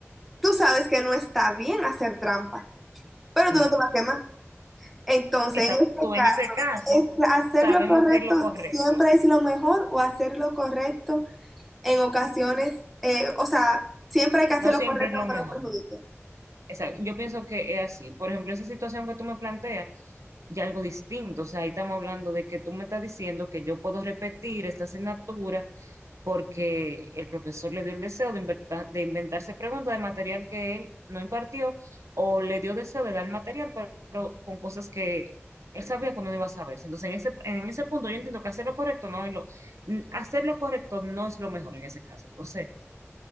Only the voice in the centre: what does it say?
tú sabes que no está bien hacer trampa, pero
tú no te vas a quemar. Entonces,
en este
caso,
¿es hacer
lo correcto
siempre es lo mejor o hacer lo correcto en ocasiones, eh, o sea, siempre hay que hacer
lo correcto
aunque
lo perjudique.